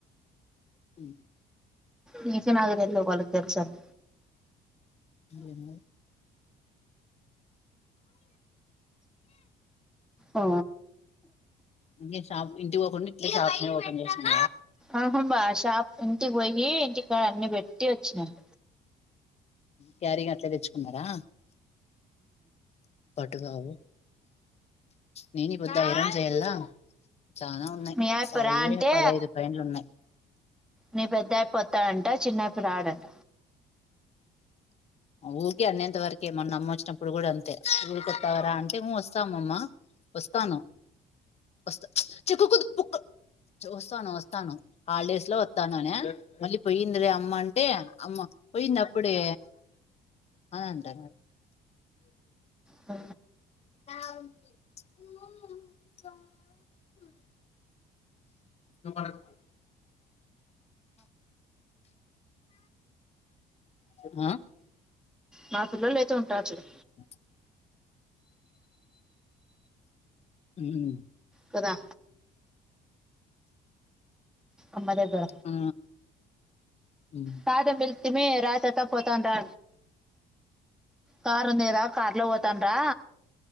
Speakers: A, on the left; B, in the centre.
A: అ
B: ఈ విషయ నాక తల్ వాదు వాళ్ళ తెరిసా అని
A: ఏమో
B: ఆ
A: ఇగ షాప్ ఇంటికి పోకుండా ఇట్ షాప్ ని ఓపెన్ చేసిన
B: ఆహం బా షాప్ ఇంటికి పోయి ఇంటికా అన్ని పెట్టి వచ్చినాను
A: క్యారీగా అట్లే తెచ్చుకున్నారా పటుగావు నేను బుద్ద ఇరోం చేయల్లా చాలా ఉన్నాయి
B: మీ ఆయప్ప
A: సా
B: రా
A: ఇవే
B: అంటే
A: పదహైదు పైనులు ఉన్నాయి
B: నీ పెద్దప్పి ఓత్తాడంట, చిన్నప్పి రాడంట.
A: ఊరికే అనేంత వరకే మన అమ్మ వచ్చినప్పుడు కూడా అంతే ఊరికొతావరా అంటే. ఉ వస్తా అమ్మమ్మా వస్తాను. వస్తా చెక్కకు గు చుస్తాను వస్తాను హాలిడేస్ లో వస్తాను అనే మళ్ళీ పోయింది రే అమ్మ అంటే అమ్మ పోయింది అప్పుడే అని అంటన్నారు
B: అ
A: <unintelligible> నువ్ పడుకో పోయి ఉమ్మ్
B: మా పిల్లలు అయితే ఉంటారు‌ చూడు
A: <inaudible> ఉమ్మ్
B: కదా అమ్మ దగ్గర
A: ఆ ఉమ్
B: తాత పిలిత్తేనే రా తాతా పోతాం రా కారుంది కదా కార్లో పోతాంరా